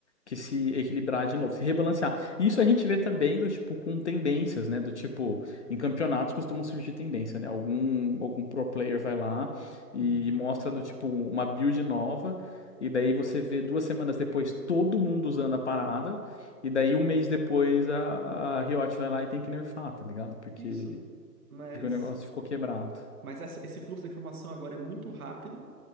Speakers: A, on the left; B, on the right.
A: que se equilibrar de novo, se rebalancear. E Isso a gente vê também do tipo com tendências, né? Do tipo, em campeonatos costumam surgir tendência, né? Algum algum pro player vai lá e,
B: uhum.
A: e mostra do tipo uma build nova e daí você vê duas semanas depois todo mundo usando a parada e daí um mês depois a, a Riot vai lá e tem que nerfar, tá ligado? Porque
B: isso. Mas,
A: porque o negócio ficou quebrado.
B: mas esse fluxo de informação agora é muito rápido.